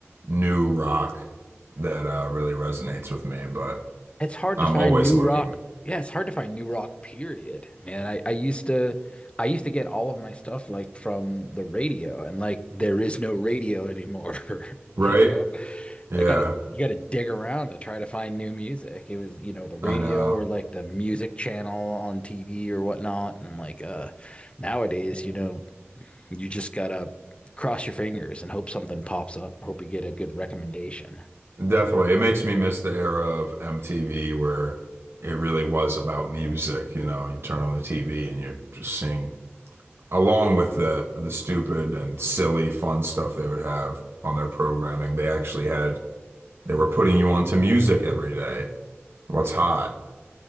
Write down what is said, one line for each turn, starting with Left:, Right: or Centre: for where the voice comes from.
Right: new rock that uh, really resonates with me, but
Left: It's hard
Right: I'm
Left: to find
Right: always
Left: new
Right: looking.
Left: rock. Yeah, it's hard to find new rock, period. Man, I, I used to I used to get all of my stuff like from the radio and like there is no radio anymore, <laughs>
Right: Right?
Left: you know?
Right: Yeah,
Left: I gotta you gotta dig around to try to find new music. It was, you know, the radio
Right: I know.
Left: or like the music channel on TV or whatnot. And I'm like, uh, nowadays, you know, you just gotta cross your fingers and hope something pops up, hope you get a good recommendation.
Right: Definitely. It makes me miss the era of MTV where it really was about music. You know, you turn on the TV and you're just seeing, along with the the stupid and silly fun stuff they would have on their programming, they actually had they were putting you onto music every day, what's hot,